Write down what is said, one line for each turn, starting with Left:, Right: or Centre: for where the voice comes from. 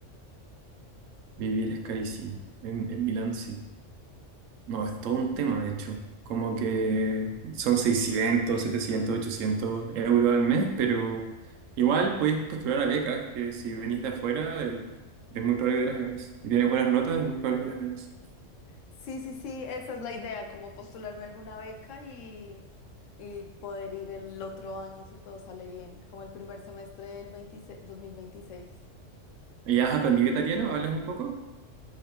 Right: vivir es carísimo, en, en Milán sí. No,
Left: Sí,
Right: es todo un tema, de hecho. Como que son 600 700 800 euros al mes, pero igual podéis postular a becas, que si venís de afuera, eh, es muy probable que las ganes. Si tienes buenas notas, es muy probable que las ganes.
Left: sí, sí, sí, esa es la idea, como postularme a alguna beca y, y poder ir el otro año si todo sale bien, como el primer semestre del veintiséis dos mil veintiséis.
Right: ¿Y has aprendido italiano? ¿Hablas un poco?